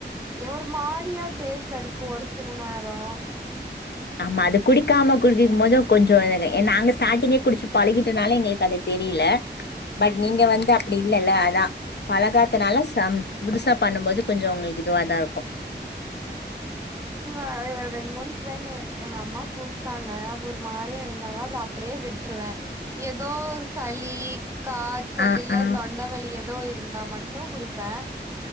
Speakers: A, on the right (about 15°); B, on the left (about 65°).
A: ஒரு மாதிரியா டேஸ்ட் அடிக்கு ஒரு சில நேரோ
B: ஆமா அது குடிக்காம குடிக்கும் போது கொஞ்சோ இது நாங்க ஸ்டார்ட்டிங்கே குடிச்சு பழகிட்டனால எங்களுக்கு அது தெரியல பட் நீங்க வந்து அப்டி இல்லல்ல அதா பழகாதனால ச புதுசா பண்ணும்போது கொஞ்சோ உங்களுக்கு இதுவாதா இருக்கு
A: அ ரெண்டு மூணு டைம் எங்க அம்மா குடுத்தாங்க ஒரு மாரியா இருந்தாலு அத அப்டியே விட்ருவே ஏதோ சளி கா காய்ச்சல்
B: ஆ
A: இல்ல‌
B: ஆ
A: தொண்டை வலி எதோ இருந்தா மட்டூ குடிப்பே